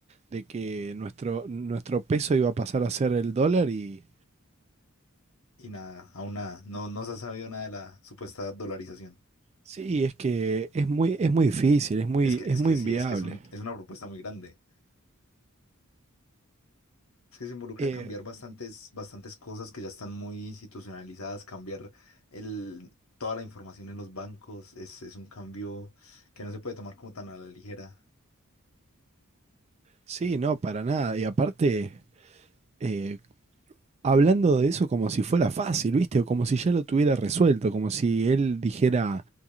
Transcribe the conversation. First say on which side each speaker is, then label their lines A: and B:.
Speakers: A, on the right; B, on the left.
A: de que nuestro, nuestro peso iba a pasar a ser el dólar y,
B: Y nada, aún nada, no, no se ha sabido nada de la supuesta dolarización.
A: Sí, es que es muy, es muy difícil, es muy,
B: Es que,
A: es
B: es
A: muy
B: que sí,
A: inviable.
B: es que es un, es una propuesta muy grande. Es que se involucra
A: Eh,
B: cambiar bastantes, bastantes cosas que ya están muy institucionalizadas, cambiar el, toda la información en los bancos. Es, es un cambio que no se puede tomar como tan a la ligera.
A: sí, no, para nada. Y aparte, eh, hablando de eso como si fuera fácil, ¿viste? O como si ya lo tuviera resuelto, como si él dijera,